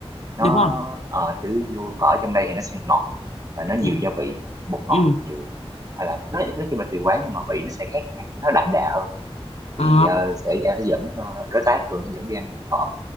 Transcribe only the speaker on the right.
nó
ờ chứ vô phở trong đây thì nó sẽ ngọt và nó nhiều
gia vị bột ngọt
nhiều hay là nói, nói chung là tùy quán nhưng mà vị nó sẽ khác hẳn nó đậm đà hơn thì
ờ, sẽ em sẽ dẫn ờ, đối tác thường sẽ dẫn đi ăn phở